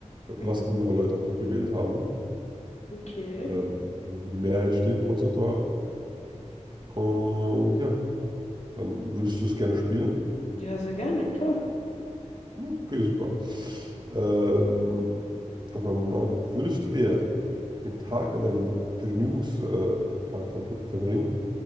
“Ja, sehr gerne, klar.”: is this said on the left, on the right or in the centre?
Left